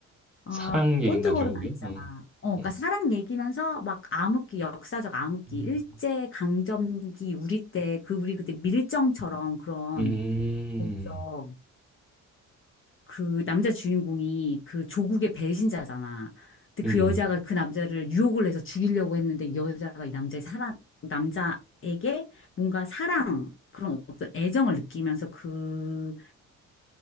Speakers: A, on the left (about 40°); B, in the centre.
A: 어,
B: 사랑 얘긴가
A: 본드걸은
B: 결국엔?
A: 아니잖아.
B: 어,
A: 어,
B: 어,
A: 그러니까 사랑 얘기면서 막 암흑기, 역사적 암흑기,
B: 음,
A: 일제 강점기 우리 때 그 우리 그때 밀정처럼 그런
B: 음,
A: 거기서 그 남자 주인공이 그 조국의 배신자잖아. 근데
B: 음,
A: 그 여자가 그 남자를 유혹을 해서 죽이려고 했는데 이 여자가 이 남자의 사랑, 남자에게 뭔가 사랑, 그런 어떤 애정을 느끼면서 그